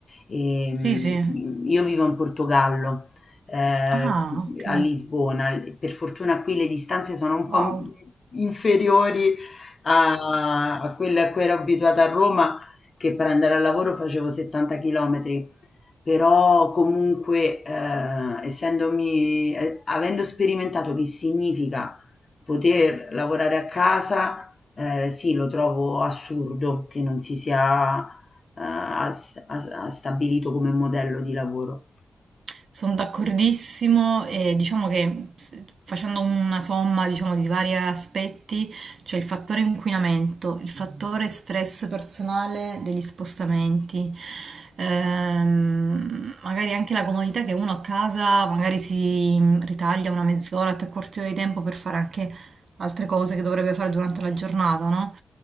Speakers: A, on the left; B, on the right.
A: Ehm,
B: Sì, sì.
A: mhmm, io vivo in Portogallo, ehm,
B: Ah, ok.
A: a Lisbona, per fortuna qui le distanze sono un
B: Wow.
A: po' m inferiori a a quelle a cui ero abituata a Roma, che per andare al lavoro facevo 70 chilometri, però comunque, ehm, essendomi e avendo sperimentato che significa Poter lavorare a casa, ehm, sì, lo trovo assurdo che non si sia, uhm, as as a stabilito come modello di lavoro.
B: Sono d'accordissimo e diciamo che s- facendo una somma, diciamo, di vari aspetti, c'è il fattore inquinamento, il fattore stress personale degli spostamenti, ehm, magari anche la comodità che uno a casa magari si mm, ritaglia una mezz'ora, tre quarti d'ora di tempo per fare anche altre cose che dovrebbe fare durante la giornata, no?